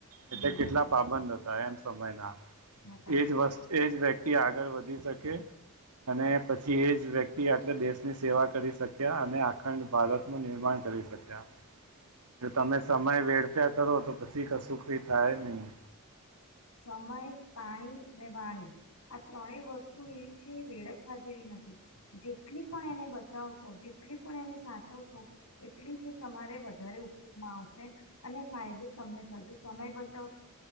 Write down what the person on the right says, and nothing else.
એટલે કેટલા પાબંદ હતા એમ સમયના
એજસ્
એજ વક્તિ આગળ વધી શકે. અને પછી એ જ વ્યક્તિ આટલે દેશની સેવા કરી શક્યા અને આખંડ ભારતનુંું નિર્માણ કરી શક્યા જો તમે સમય વેળ ્યા કરો તો પછી કશું કઈ થાય નહીિ